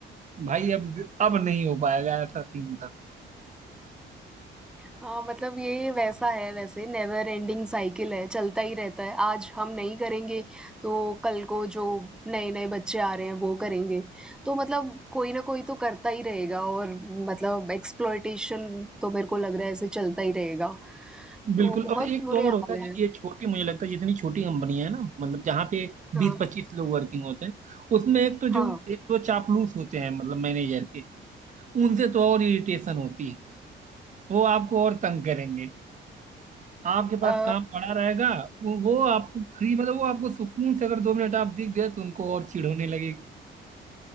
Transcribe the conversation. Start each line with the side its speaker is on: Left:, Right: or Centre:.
Right: भाई अब अब नहीं हो पाएगा ऐसा सीन था
Centre: हाँ, मतलब ये वैसा है वैसे नेवर एंडिंग साइकिल है, चलता ही रहता है। आज हम नहीं करेंगे, तो कल को जो नए-नए बच्चे आ रहे हैं वो करेंगे। तो मतलब कोई ना कोई तो करता ही रहेगा और मतलब एक्सप्लॉयटेशन तो मेरे को लग रहा है ऐसे चलता ही रहेगा।
Right: बिल्कुल
Centre: तो बहुत
Right: और एक
Centre: बुरे
Right: तो और
Centre: हाल
Right: होता है जो
Centre: हैं।
Right: ये छोटी मुझे लगता है जितनी छोटी कंपनियां है ना मतलब जहाँ पे
Centre: हाँ,
Right: बीस पच्चीस लोग वर्किंग होते हैं उसमें एक तो
Centre: हाँ।
Right: जो एक तो चापलूस होते हैं मतलब मैनेजर के उनसे तो और इरिटेशन होती है वो आपको और तंग करेंगे आपके पास
Centre: अ,
Right: काम पड़ा रहेगा वो वो आपको फ्री मतलब वो आपको सुकून से अगर दो मिनट आप दिख गए तो उनको और चिढ़ होने लगेगी